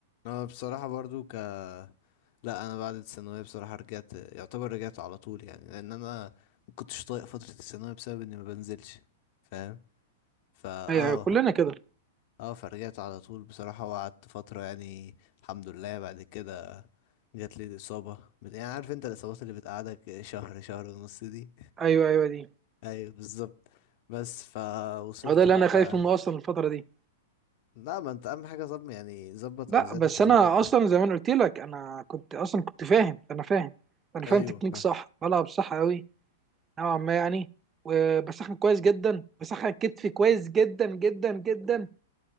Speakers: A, on the left (about 45°); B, on the right (about 20°).
A: انا بصراحة برضو ك لا انا بعد الثانوية بصراحة رجعت يعتبر رجعت على طول يعني لان انا ما كنتش طايق فترة الثانوية بسبب اني ما بنزلش فاهم فا
B: ايوه
A: اه
B: ايوه كلنا كده
A: اه فرجعت على طول بصراحة وقعدت فترة يعني الحمد لله بعد كده جات لي الإصابة يعني عارف انت الإصابات اللي بتقعدك شهر شهر ونص دي
B: ايوه ايوه دي
A: ايوه بالظبط بس فوصلت
B: هو ده اللي
A: بقى
B: انا خايف منه اصلا الفتره دي
A: لا ما انت اهم حاجه ظبط يعني ظبط
B: لا
A: اوزانك
B: بس
A: وظبط
B: انا اصلا زي ما انا قلت لك انا كنت اصلا كنت فاهم انا فاهم انا
A: ايوه
B: فاهم تكنيك
A: فاهم.
B: صح بلعب صح قوي نوعا ما يعني وبسخن كويس جدا بسخن كتفي كويس جدا جدا جدا